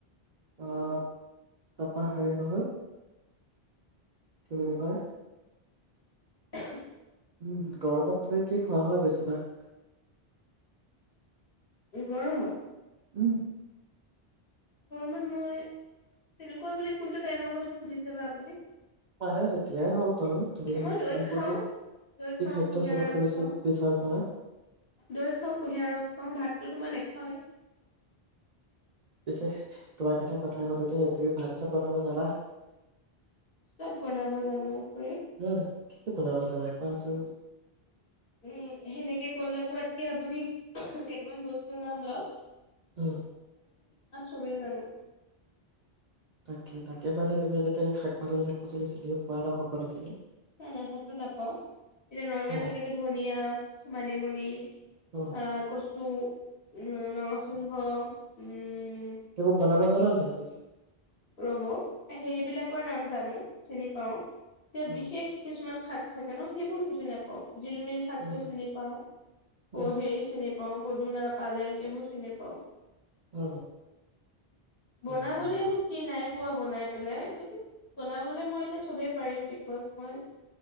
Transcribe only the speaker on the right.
অ', সপা হেৰি নহয় কি বুলি কয়।
উম, গাঁৱৰ পৰা তুমি কি খোৱা হয় বেছিভাগ?
উম।
মানে যেতিয়াই হওক বাৰু তুমি
তুমি
কোনটো
কি
খাদ্য
চবতকে
বেছি
প্ৰিফাৰ কৰা?
পিছে তোমাক এটা কথা শুধো দেই তুমি ভাত চাত বনাব জানা?
উম, কি কি বনাব <inaudible>
উম,
তাকে, তাকে মানে তুমি এনে <unintelligible> পাচলি শাক-পাচলি চিনিও বাৰাণ্ডাত সকলোখিনি
অ',
অ',
তুমি বনাব জানা? <unintelligible>
অ',
অ',
অ',
অ
দিয়া দিয়া হ'ব